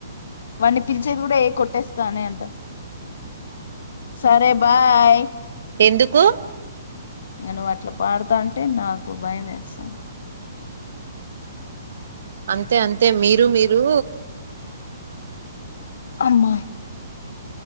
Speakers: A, on the left (about 70°); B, on the right (about 70°).
A: వాడిని పిలిచేద్ కూడా ఏ కొట్టేస్తానే అంట సరే బాయ్ హె
B: ఎందుకు
A: నేను అట్ల పాడతాంటే నాకు భయం వేస్తాను
B: అంతె అంతె మీరు మీరు
A: అమ్మ